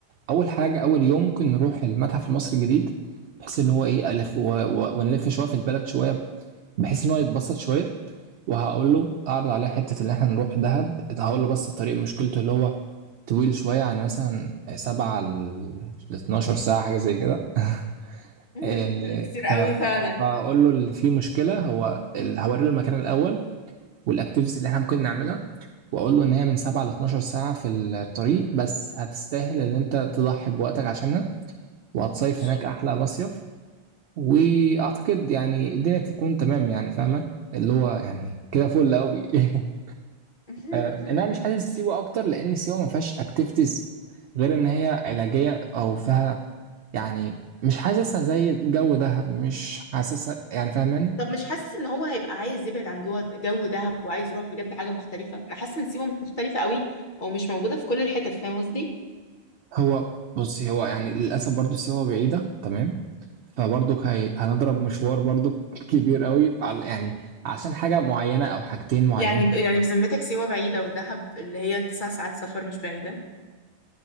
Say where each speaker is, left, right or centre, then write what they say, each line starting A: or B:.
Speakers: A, on the right (about 75°); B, on the left (about 50°).
A: اول حاجه اول يوم ممكن نروح المتحف المصري الجديد بحيث ان هو ايه الف و... و... ونلف شويه في البلد شويه بحيث ان هو يتبسط شويه وهقول له اعرض عليه حته اللي احنا نروح دهب هقول له بس الطريق مشكلته اللي هو طويل شويه يعني مثلا 7 ل 12 ساعه حاجه زي كده <laughs>
B: <laughs>
A: إيه،
B: كتير قوي
A: ف-
B: فعلا
A: فهقول له اللي فيه مشكله هو ال- هوري له المكان الاول والاكتيفيتيز اللي احنا ممكن نعملها واقول له ان هي من 7 ل 12 ساعه في الطريق بس هتستاهل ان انت تضحي بوقتك عشانها وهتصيف
B: ماشي
A: هناك احلى مصيف واعتقد يعني الدنيا تكون تمام يعني فاهمه اللي هو يعني كده فل قوي <laughs>
B: <laughs>
A: آه، إن انا مش حاسس سيوه اكتر لان سيوه ما فيهاش اكتيفيتيز غير ان هي علاجيه او فيها يعني مش حاسسها زي جو دهب مش حاسسها يعني فاهماني
B: طب مش حاسس ان هو هيبقى عايز يبعد عن جوه جو دهب وعايز يروح بجد حاجه مختلفه انا حاسه ان سيوه مختلفه قوي ومش موجوده في كل الحتت فاهم قصدي
A: هو بصي هو يعني للاسف برضو سيوه بعيده تمام فبرضك هي... هنضرب مشوار برضك كبير قوي على يعني عشان حاجة معينة أو حاجتين معينين
B: يعني ب... يعني بذمتك سيوه بعيده ودهب اللي هي تسع ساعات سفر مش بعيده